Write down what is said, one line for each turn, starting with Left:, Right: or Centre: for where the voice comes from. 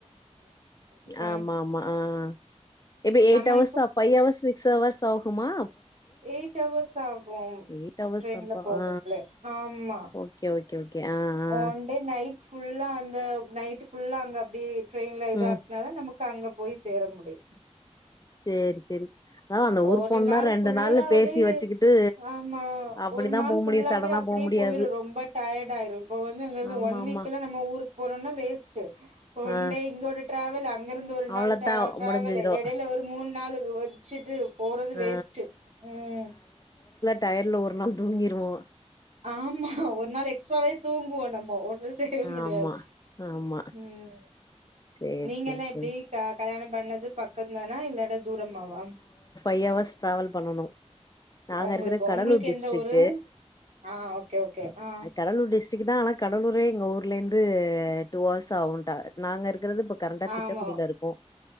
Right: ம்
Left: ஆமா ஆமா ஹான் எப்டி எயிட்
Right: நம்ம
Left: அவர்ஸ் அ ஃப்வை அவர்ஸ் அ சிக்ஸ் அவர்ஸ் ஆவும் போகுமா
Right: எட்அவர்ஸ் ஆகும்
Left: எயிட் ஹவர்ஸ்
Right: ட்ரைன்ல
Left: அப்ப
Right: போகும்
Left: ஆ
Right: புலே ஆமா
Left: ஓகே ஓகே ஓகே ஆ ஆ
Right: ஒன்டே நைட் ஃபுல்லா அந்த நைட் ஃபுல்லா அங்க அப்படியே டிரைன்ல இது
Left: ம்
Right: ஆக்குன நமக்கு இப்ப அங்க போய் சேர முடியும்
Left: சேரி சேரி அதா அந்த ஊர்
Right: ஒரு
Left: போணுன்னா
Right: நாள்
Left: ரெண்டு
Right: ஃபுல்லாவே
Left: நாள்ல பேசி வச்சுக்கிட்டு
Right: ஆமா
Left: அப்டிதா
Right: ஒரு நாள்
Left: போ
Right: ஃபுல்லாவே
Left: முடியு சடனா
Right: அப்படியே
Left: போ முடியாது
Right: போயிரும் ரொம்ப டயர்ட் ஆயிரும் இப்ப வந்து அங்க
Left: ஆமா
Right: ஒன்
Left: ஆமா
Right: வீக்ல நம்ம ஊருக்கு போறோம்னா வேஸ்ட் ஒன்
Left: ஆ
Right: டே இங்கோட ட்ராவல் அ இங்க இருந்து ஒரு நாள்
Left: அவ்ளோத்தா
Right: டே டிராவேலு
Left: முடிஞ்சிரு
Right: இடையில ஒரு மூண் நலகு வச்சிட் ட்டு போறது வேஸ்டு
Left: ஆ
Right: உம்
Left: டயர்ல ஒரு நாள் தூங்கிடுவோம்
Right: ஆமா ஒரு நாள் எக்ஸ்ட்டாவே தூங்குவோம் நம்ம ஒண்ணும் செய்ய முடியாது
Left: ஆமா ஆமா
Right: உம்
Left: சேரி
Right: நீங்க
Left: சேரி
Right: எல்லாம்
Left: சேரி
Right: எப்படி க கல்யாணம் பண்ணது பக்கம் தானா இல்லடா தூரமாவா
Left: திஅவர்ஸ் டிராவல் பண்ணனும் நாங்க
Right: உங்களுக்கு
Left: இருக்கிற கடலூர்
Right: உங்களுக்கு
Left: டிஸ்ட்டிக்
Right: எந்த ஊரு ஆ ஓகே ஓகே ஆ
Left: கடலூர் டிஸ் சிக்கு தான் ஆனா கடலூரே எங்க ஊர்ல இருந்து டூ அவர்ஸ் ஆகும் ன்டாக நாங்க இருக்க இங்கறது கரட்டா
Right: ஆமா
Left: திட்ட குடியில இருக்கோம்